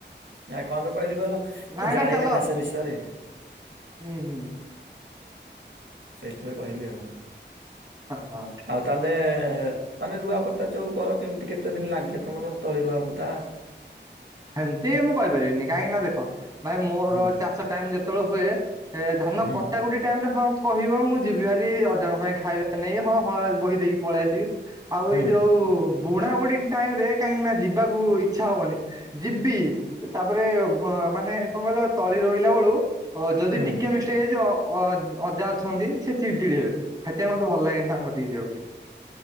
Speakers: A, on the right; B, on the right.
A: ନାଇ କଣ ପାଇଁ କହିଲି କହିଲ
B: ନାଇଁ
A: ମୁଁ ଜାଣିନି
B: ନାଇଁ ଚାଲ
A: ନା ସେ ବିଷୟରେ।
B: ହୁଁ ହୁଁ।
A: ସେଇଥି ପାଇଁ କହିଲି ଆଉ।
B: ହଁ ହଁ।
A: ଆଉ ତାହେଲେ ମାନେ ରୁଆପୁତା ଯୋଉ କର କେମିତି କେତେ ଦିନ ଲାଗେ ତମର ତଳି ରୁଆପୁତା।
B: ସେମତି ମୁଁ କହିପାରିବିନି କାହିଁକି ନା ଦେଖ ଭାଇ ମୋର
A: ହୁଁ
B: ଚାଷ ଟାଇମ୍ ଯେତେବେଳେ ହୁଏ ଏ ଧାନ
A: ହୁଁ
B: କଟା ଗୋଟେ ଟାଇମ୍ ରେ ହଁ କହିବ ମୁଁ ଯିବି ହାରି ଅଜାଙ୍କ ପାଇଁ ଖାଇବା ନେଇ ହଁ ହଳା ବୋହି ଦେଇକି ପଳେଇ ଆସିବି। ଆଉ
A: ହୁଁ
B: ଏଇ ଯୋଉ ବୁଣାବୁଣି ଟାଇମ୍ ରେ କାହିଁକି ନା ଯିବାକୁ ଇଛା ହବନି। ଯିବି ତାପରେ ମାନେ କଣ କହିଲ ତଳି ରୋଇଲା ବେଳୁ ଓ ଯଦି
A: ହୁଁ
B: ଟିକେ ମିଷ୍ଟ୍ ସେ ଯୋଉ ଅ ଅଜା ଅଛନ୍ତି ସେ ଚିଡି ଚିଡି ହେବେ ସେଥିପାଇ ମତେ ଭଲ ଲାଗେନି ତାଙ୍କ କତିକି ଯିବାକୁ।